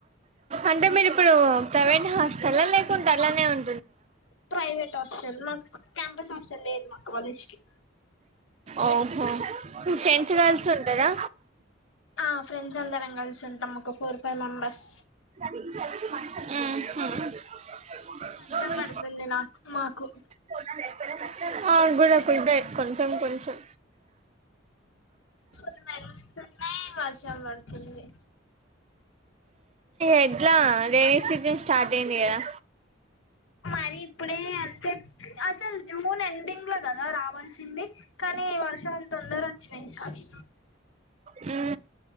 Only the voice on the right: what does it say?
అంటే మీరిప్పుడు ప్రైవేట్ హాస్టల్ లేకుంట అలానే ఉం
ఓహో ఫ్రెండ్స్ కల్సి ఉంటరా
మ్ హ్మ్ నోర్
ముయ్
ఎవరికీ ఇష్టం
వున్నా లేకపోయినా అ గుడాకుల్ బ్రేక్ కొంచెం కొంచెం
ఎడ్లా రైనీసీజన్ స్టార్ట్ అయింది కదా
మ్